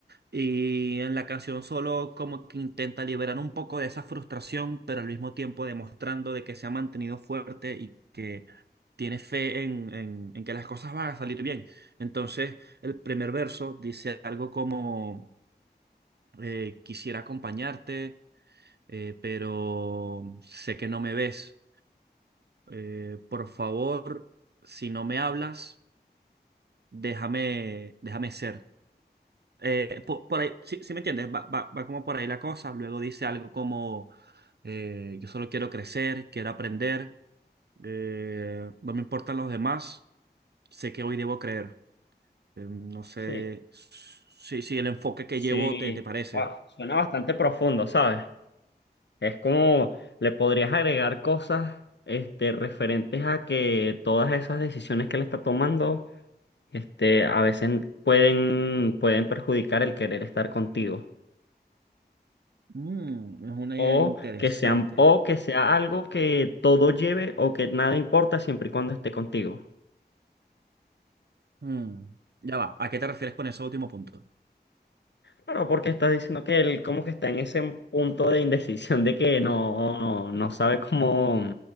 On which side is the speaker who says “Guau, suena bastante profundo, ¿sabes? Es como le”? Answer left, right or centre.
Left